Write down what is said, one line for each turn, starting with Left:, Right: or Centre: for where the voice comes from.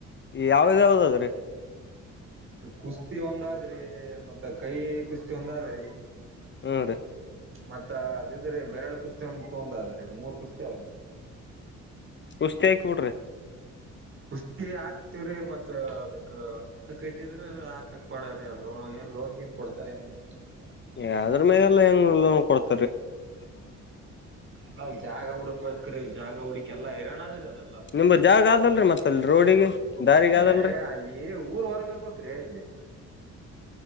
Left: ಯಾವ್ದ ಯಾವ್ದ ಅದ್ರೀ
Right: ಕುಸ್ತಿ ಒಂದಾದ್ರಿ ಮತ್ತ ಕೈ ಕುಸ್ತಿ ಒಂದಾದ್ರಿ
Left: ಹ್ಮ ರೀ
Right: ಮತ್ತ ಅದಿದ್ರೆ ಬೆರಳ ಕುಸ್ತಿ ಒಂತ ತೊಂದದ್ರೆ ಮೂರ್ ಕುಸ್ತಿ ಅವ್ರೀ
Left: ಕುಸ್ತಿ ಆಕ್ ಬಿಡ್ರಿ
Right: ಕುಸ್ತಿ ಹಾಕ್ತಿವ್ರೀ ಮತ್ತತ್ ಅದಕ್ ಅಕ್ಕ ಕ ಇಟ್ಟಿದ್ರ ಹಾಕಕ್ ಪಡ್ರೀ ಅದ್ರ ಲೋನ್ ನ್ ಕೊಡ್ತಾರೆ ಏನ್ ಮಾಡ ನ
Left: ಯದ್ರ ಮೇಲೆ ಎಲ್ಲ ಹೆಂಗ ಲೋನ್ ಕೊಡ್ತ
Right: ನಾವ ಜಾಗ ಹುಡುಕ್ ಬರ್ತ್ರೀ ಜಾಗ ಹುಡಕ ಎಲ್ಲಾ ಇರೋಣಾದ್ರಿ ಅದ
Left: ನಿಮ್ದ ಜಾಗ ಅದಲ್ರಿ ಮತ್ತ ಅಲ್ಲಿ ರೋಡಿಗೆ ದಾರಿಗ
Right: ಏ
Left: ಅದಲ್ರಿ
Right: ಅಲ್ಲಿ ಊರ್ ಹೊರಗಿರ್ಬೇಕ್ರೀ ಇಲ್ಲಿ
Left: ಹ